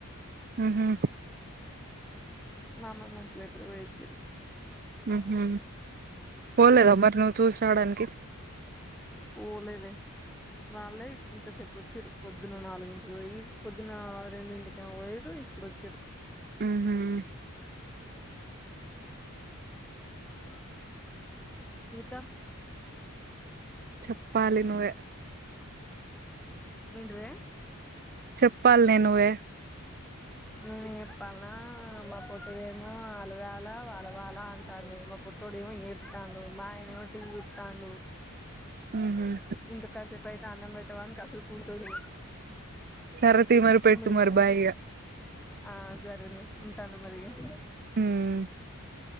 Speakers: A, on the right (about 45°); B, in the centre.
A: ఉహు
B: మామ కీ మంచిలేకపోతె పోయి వచ్చిరు
A: ఉహు పోలేదా మరి నువ్వు చూస రావడానికి
B: పోలేదే వాళ్ళే ఇంతసేపుకీ వచ్చిరు పొద్దున నాలుగింటికి పోయి పొద్దున రెండింటికి పోయరు ఇప్పుడు వచ్చిరు
A: మ్మ్
B: ఉ ఇంకా
A: చెప్పాలి నువ్వే
B: ఏంటదీ
A: చెప్పాలి నే నువ్వే
B: నేనే చెప్పాలనా మా పొట్టిదేమో రానా వాన వాన అంటాంది మా పుట్టడు ఏమో ఏడతాడు మా ఆయన ఏమో టీ చూస్తాడు
A: మ్మ్
B: ఇంకా కాసేపు అయితే అన్నం పెట్టవా అన్ని కాసు టుడు
A: సరే తీ మరి పెట్టు
B: తొమ్మిదింటి
A: మరి బాయ్ ఇగ
B: ఆ సరేలే ఉంటాను మరి ఇక
A: ఉమ్